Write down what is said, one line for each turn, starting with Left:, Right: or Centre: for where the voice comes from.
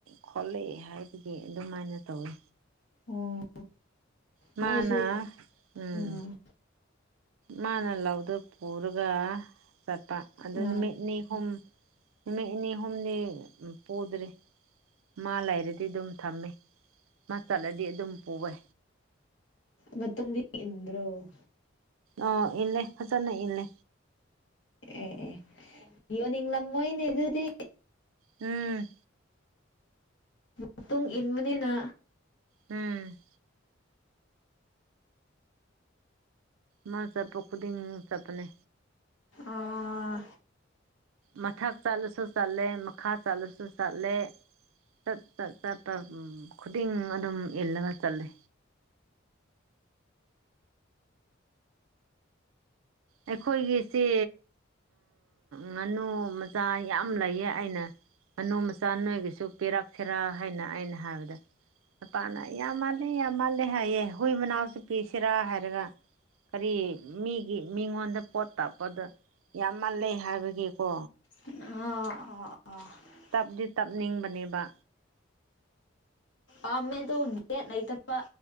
Right: ꯈꯣꯠꯂꯦ ꯍꯥꯏꯕꯗꯣ ꯑꯗꯨꯃꯥꯏꯅ ꯇꯧꯋꯦ꯫
Left: ꯑꯣ
Right: ____ꯃꯥꯅꯥ
Left: ꯃꯣꯏꯁꯨ
Right: ꯎꯝ꯫
Left: ꯑꯥ
Right: ꯃꯥꯅ ꯂꯧꯗꯨ ꯄꯨꯔꯒ ꯆꯠꯄ ꯑꯗꯨ
Left: ꯑꯥ
Right: ꯅꯨꯃꯤꯠ ꯅꯤ ꯍꯨꯝ ꯃꯤꯛꯅꯤ ꯍꯨꯝꯅꯤ ꯎꯝ꯫ ꯄꯨꯗ꯭ꯔꯤ ꯃꯥ ꯂꯩꯔꯗꯤ ꯑꯗꯨꯝ ꯊꯝꯃꯦ ꯃꯥ ꯆꯠꯂꯗꯤ ꯑꯗꯨꯝ ꯄꯨꯋꯦ꯫
Left: ꯃꯇꯨꯡꯗꯤ ꯏꯟꯕ꯭ꯔꯣ꯫
Right: ꯑꯣ! ꯏꯜꯂꯦ ꯍꯟꯗꯛꯅ ꯏꯜꯂꯦ꯫
Left: ꯑꯦ ꯑꯦ ꯌꯣꯟꯅꯤꯡꯂꯝ ꯃꯣꯏꯅꯦ ꯑꯗꯨꯗꯤ꯫
Right: ꯎꯝ
Left: ꯃꯇꯨꯡ ꯏꯟꯕꯅꯤꯅ꯫
Right: ꯎꯝ ꯃꯥ ꯆꯠꯊꯣꯛ ꯈꯨꯗꯤꯡ ꯆꯠꯄꯅꯦ꯫
Left: ꯑꯥ___
Right: ꯃꯊꯛ ꯆꯠꯂꯁꯨ ꯆꯠꯂꯦ ꯃꯈꯥ ꯆꯠꯂꯁꯨ ꯆꯠꯂꯦ꯫ ꯆꯠ ꯆꯠ ꯆꯠꯄ ꯈꯨꯗꯤꯡ ꯑꯗꯨꯝ ꯏꯜꯂꯒ ꯆꯠꯂꯤ ꯑꯩꯈꯣꯏꯒꯤꯁꯦ ꯉꯥꯅꯨ ꯃꯆꯥ ꯌꯥꯝ ꯂꯩꯌꯦ ꯑꯩꯅ ꯉꯥꯅꯨ ꯃꯆꯥ ꯅꯣꯏꯒꯤꯁꯨ ꯄꯤꯔꯛꯁꯤꯔꯥ ꯍꯥꯏꯅ ꯑꯩꯅ ꯍꯥꯏꯕꯗ ꯅꯨꯄꯥꯅ ꯌꯥꯝ ꯃꯥꯜꯂꯦ ꯌꯥꯝ ꯃꯥꯜꯂꯦ ꯍꯥꯏꯌꯦ ꯍꯨꯏ ꯃꯅꯥꯎꯁꯨ ꯄꯤꯁꯤꯔꯥ ꯍꯥꯏꯔꯒ꯫ ꯀꯔꯤ ꯃꯤꯒꯤ ꯃꯤꯉꯣꯟꯗ ꯄꯣꯠ ꯇꯥꯞꯄꯗ ꯌꯥꯝ ꯃꯥꯜꯂꯦ ꯍꯥꯏꯕꯒꯤꯀꯣ꯫
Left: ꯑ ꯑꯥ ꯑꯣꯥ
Right: ꯇꯞꯗꯤ ꯇꯞꯅꯤꯡꯕꯅꯦꯕ꯫
Left: ꯑꯥ ꯃꯦꯗꯣ ꯒꯦꯠ ꯂꯩꯇꯕ